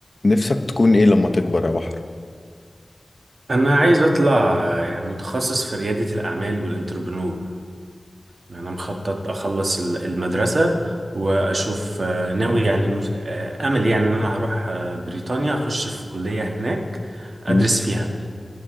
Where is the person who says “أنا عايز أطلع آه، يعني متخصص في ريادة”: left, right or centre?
Right